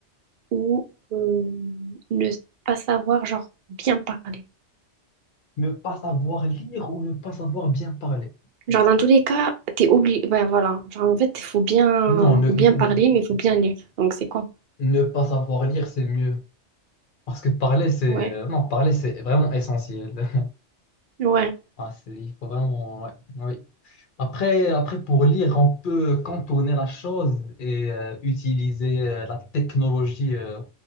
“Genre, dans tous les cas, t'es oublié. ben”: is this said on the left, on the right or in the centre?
Right